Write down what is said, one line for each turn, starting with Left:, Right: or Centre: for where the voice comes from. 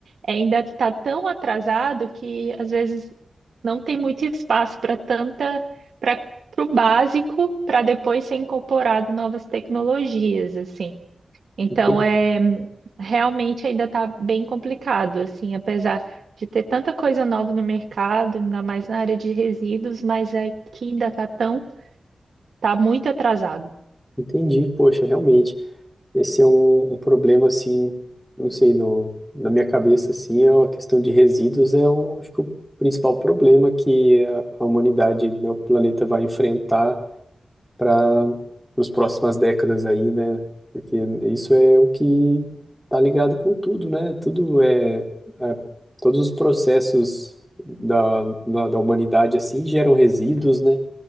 Right: ainda está tão atrasado que às vezes não tem muito espaço para tanta, para o básico, para depois ser incorporado novas tecnologias, assim. Então,
Centre: Entendi,
Right: é, realmente ainda está bem complicado, assim, apesar de ter tanta coisa nova no mercado, ainda mais na área de resíduos, mas é que ainda está tão, tá muito atrasado.
Centre: entendi, poxa, realmente. Esse é um, um problema, assim, não sei, no, na minha cabeça, assim, é a questão de resíduos é, o, acho que o principal problema que a, a humanidade, né, o planeta vai enfrentar para as próximas décadas aí, né? Porque isso é o que tá ligado com tudo, né? Tudo é, é- todos os processos da, na- da humanidade, assim, geram resíduos, né?